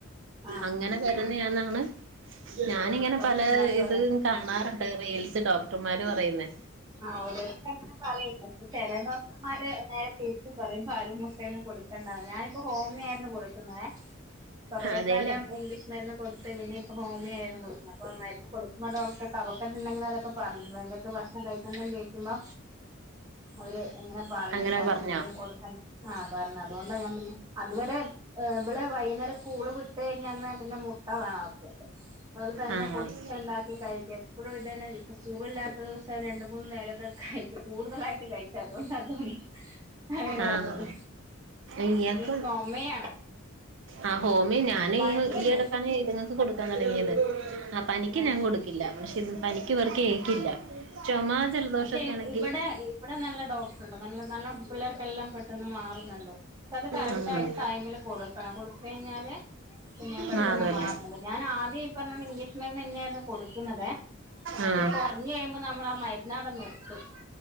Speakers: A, on the right; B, on the right.
A: ആഹ് ആഹ്
B: അങ്ങനെ
A: ആഹ്
B: വരുന്നയാണന്നാണ് ഞാനിങ്ങനെ
A: ഡോക്ടർമാര്
B: പല
A: പറയും
B: ഇത് കാണാറുണ്ട് റീൽസ് ഡോക്ടർമാര് പറയുന്നെ
A: ആഹ് ഓരോരുത്തര് അങ്ങനെ പറയുന്ന് ചില ഡോക്റ് ഡോക്ട്ടർമാര് നേരെ തിരിച്ചും പറയും പാലും മുട്ടയൊന്നും കൊടുക്കണ്ടാന്ന് ഞാനിപ്പോ ഹോമിയോ ആയിരുന്നു കൊടുക്കുന്നെ കുറെ
B: അതെല്ലേ
A: കാലം ഇംഗ്ലീഷ് മരുന്നും കൊടുത്ത് പിന്നെ ഇപ്പോ ഹോമിയോ ആയിരുന്നു കൊടുക്കുന്നത് അപ്പ മരുന്ന് കൊടുക്കുമ്പോ ഡോക്ടർ കഫക്കട്ട് ഉണ്ടെങ്കിൽ അതൊക്കെ പറഞ്ഞ്. എന്തൊക്കെ ഭക്ഷണം കഴിക്കണ്ടേന്ന് ചോദിക്കുമ്പോ അവര് ഇങ്ങന പറയും
B: അങ്ങനെ
A: പാലും
B: പറഞ്ഞോ
A: മുട്ടയൊന്നും കൊടുക്കണ്ട ആഹ് പറഞ്ഞ് അതുകൊണ്ടാ ഞാൻ പിന്നെ അതുവരെ ഇവള് വൈകുന്നേരം സ്കൂള് വിട്ട് കഴിഞ്ഞാ എന്നാ പിന്നെ മുട്ട വേണം അവൾക്ക് അവള് തന്നെ
B: ആഹ്
A: മുട്ട ഉണ്ടാക്കി കഴിക്കും എപ്പോഴും ഇതന്നെ ഇപ്പോ സ്കൂൾ ഇല്ലാത്തത് രണ്ട് മൂന്നു നേരക്കെ കഴിക്കും കൂടുതലായിട്ട് കഴി അതുകൊണ്ടന്ന് തോന്നുന്നു അങ്ങനെ
B: ആഹ്
A: വന്നത്
B: ഇയാക്കും
A: ഉം ചുമയാണ്
B: ആഹ് ഹോമിയോ ഞാന്
A: പനിയൊന്നുല്ല
B: ഈ എടക്കാന് ചെയ്തത് കൊടുക്കാൻ തുടങ്ങിയത് ആഹ് പനിക്ക്
A: ആഹ്
B: ഞാൻ കൊടു- <unintelligible> പക്ഷെ പനിക്ക് ഇവർക്ക് ഏക്കില്ല ചുമ ജലദോഷൊക്കെ
A: പക്ഷെ
B: ആണെങ്കി
A: ഇവിടെ ഇവിടെ നല്ല ഡോക്ടറുണ്ട് നല്ല നല്ല പിള്ളേർക്കല്ലം പെട്ടെന്ന് മാറുന്നുണ്ട് അത് കറക്റ്റ്
B: ആഹ്
A: ആയിട്ട് ടൈമില് കൊടുക്കണം കൊടുത്ത് കഴിഞ്ഞാല് പിന്നെ പെട്ടെന്ന്
B: മാറുവല്ലേ
A: മാറുന്നുണ്ട് ഞാൻ ആദ്യം ഈ പറഞ്ഞത് പോലെ ഇംഗ്ലീഷ് മരുന്ന് തന്നെയായിരുന്നു കൊടുക്കുന്നതെ അപ്പൊ
B: ആഹ്
A: ഈ കുറഞ്ഞു കഴിയുമ്പോ നമ്മൾ ആ മരുന്നവിടെ നിർത്തും